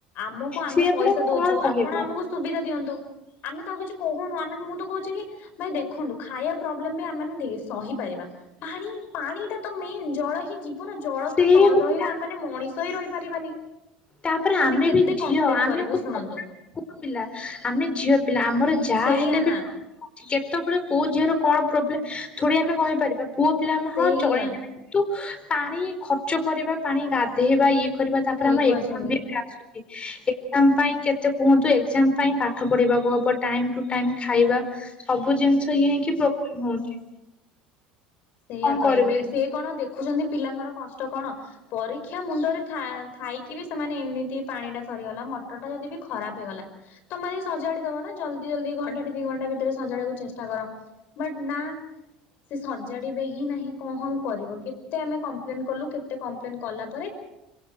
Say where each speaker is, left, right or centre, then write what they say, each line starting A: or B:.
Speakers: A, on the left; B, on the left.
A: ଆମକୁ ଆମେ
B: ସେଇଆ
A: ପଇସା
B: ପରା
A: ଦଉଛୁ
B: କଣ କହିବା
A: ଆପଣ ଆମକୁ ସୁବିଧା ଦିଅନ୍ତୁ ଆମେ ତ ଆଉ କିଛି କହୁନୁ ମୁଁ ତ କହୁଛି କି ଭଈ ଦେଖନ୍ତୁ ଖାଇବା ପ୍ରୋବ୍ଲେମ୍ ବି ଆମେ ସହିପାରିବା ପାଣି ପାଣି ଟା ତ ମେନ୍ ଜଳ ହିଁ ଯିବ୍ ପଣ ଜଳ
B: ସେଇଆ
A: ତ ନ
B: ପରା।
A: ରହିଲା ଆମ ମାନେ ମଣିଷ ହିଁ ରହିପାରିବାନି।
B: ତାପରେ
A: ଆମେ କେତେ
B: ବି ଝିଅ
A: କମ୍ପ୍ଲେନ୍
B: ଆମେ
A: କରିବୁ
B: କୋଉ
A: ଶୁଣନ୍ତୁ।
B: ପିଲା ଆମେ ଝିଅ ପିଲା ଆମର ଯାହା
A: ସେଇଆ
B: ହେଲେ
A: ନା
B: ବି କେତେବେଳେ କୋଉ ଝିଅର କଣ ପ୍ରୋବ୍ଲେମ୍ ଥୋଡି ଆମେ କହିପାରିବା ପୁଅ ପିଲାମାନେ
A: ସେଇଆ
B: ଚଳେଇ ନେବେ କିନ୍ତୁ ପାଣି ଖର୍ଚ୍ଚ କରିବା ପାଣି ଗାଧେଇବା ଇଏ ତାପରେ
A: ଠିକ
B: ଆମ
A: କହିଛନ୍ତି।
B: ଏକ୍ସ୍ରାମ ହରୀକା ଆସୁଛି ଏକ୍ସ୍ରାମ୍ ପାଇଁ କେତେ କୁହନ୍ତୁ ଏକ୍ଜାମ ପାଇଁ ପାଠ ପଢ଼ିବାକୁ ହବ ଟାଇମ ଟୁ ଟାଇମ ଖାଇବା ସବୁ ସବୁ ଜିନିଷ ଇ ହୋଇକି ପ୍ରୋବ୍ଲେମ୍ ହଉଛି।
A: ସେଇଆ
B: କଣ
A: ତ
B: କରିବା
A: ଏବେ ସେ କଣ ଦେଖୁଛନ୍ତି ପିଲାଙ୍କର କଷ୍ଟ କଣ ପରୀକ୍ଷା ମୁଣ୍ଡରେ ଥାଆ ଥାଇକି ବି ସେମାନେ ଏମିତି ପାଣିଟା ସରିଗଲା ମଟରଟା ଯଦି ବି ଖରାପ ହେଇଗଲା ତମେ ସଜାଡି ଦବ ନା ଜଲଦି ଜଲ୍ଦି ଘଣ୍ଟାଟି ଦି ଘଣ୍ଟା ଭିତରେ ସଜାଡକୁ ଚେଷ୍ଟା କର ବଟ ନା ସେ ସଜା ଜାଡିବେ ହିଁ ନାହିଁ କଣ ଆଉ କରିବ କେତେ ଆମେ କମ୍ପ୍ଲେନ କଲୁ କେତେ କମ୍ପ୍ଲେନ୍ କଲା ପରେ